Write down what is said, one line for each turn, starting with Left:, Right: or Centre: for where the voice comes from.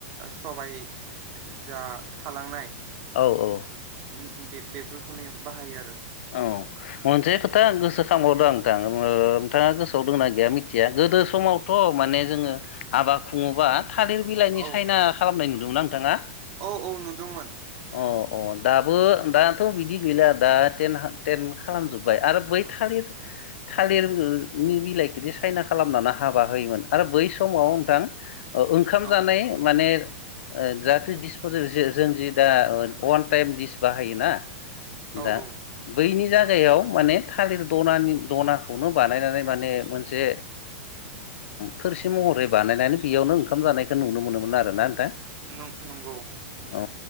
Right: सबाय जा थालांनाय
Left: औ औ
Right: उम उम बे बेफोरखौनो बाहायो आरो
Left: औ मोनसे खोथा गोसोखांबावदों नोंथां ओ नोंथाङा गोसोआव दंना गैया मिथिया गोदो समावथ माने जोङो हाबा खुङोबा थालिर बिलाइनि
Right: औ
Left: सायना खालामनाय नुदोंमोन ना नोंथाङा
Right: औ औ नुदोंमोन
Left: अ अ दाबो दाथ बिदि गैला दा टेन हा टेन खालामजोब्बाय आरो बै थालिर थालिरनि बिलाइखोदि सायना खालामनानै हाबा होयोमोन आरो बै समाव नोंथां ओंखाम
Right: औ
Left: जानाय माने ओ जाहाथे दिस फोर जो जो जोंजे दा अवान टाइम दिस बाहायो ना
Right: औ
Left: दा
Right: औ
Left: बैनि जायगायाव माने थालिर दनानि दनाखौनो बानायनानै माने मोनसे थोरसि महरै बानायनानै बेयावनो ओंखाम जानायखौ नुनो मोनोमोन आरो ना नोंथां
Right: नं नंगौ
Left: औ